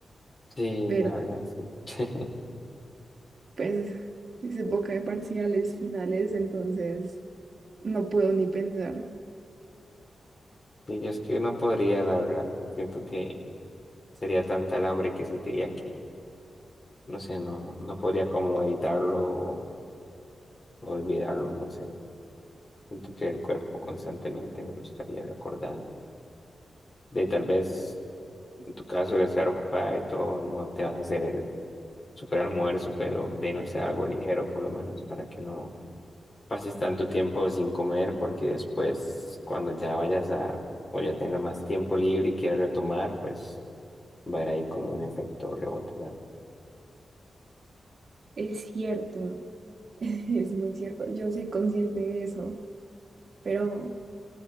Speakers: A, on the left (about 30°); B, on the right (about 55°).
A: Sí,
B: pero
A: la verdad, sí. <laughs>
B: pues es es época de parciales finales, entonces no puedo ni pensar.
A: Sí, yo es que no podría, la verdad. Siento que sería tanta el hambre que sentiría que, no sé, no, no podría como evitarlo o olvidarlo, no sé. Siento que el cuerpo constantemente me lo estaría recordando. De tal vez, en tu caso, el estar ocupada y todo, no te vas a hacer el super almuerzo, pero de no ser algo ligero, por lo menos, para que no pases tanto tiempo sin comer porque después cuando ya vayas a o ya tengas más tiempo libre y quieras retomar, pues va a haber ahí como un efecto rebote. ¿sabes?
B: Es cierto, <laughs> es muy cierto, yo soy consciente de eso, pero...